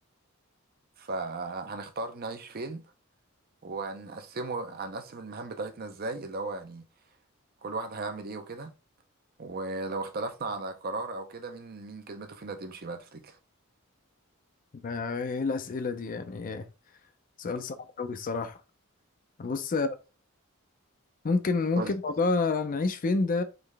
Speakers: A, on the right; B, on the left.
A: فهنختار نعيش فين وهنقسمه هنقسم المهام بتاعتنا ازاي اللي هو يعني كل واحد هيعمل ايه وكده ولو اختلفنا على قرار او كده مين مين كلمته فينا تمشي بقى تفتكر
B: ده ايه الأسئلة دي يعني ايه؟ سؤال صعب قوي الصراحة بص ممكن ممكن
A: قول لي.
B: موضوع نعيش فين ده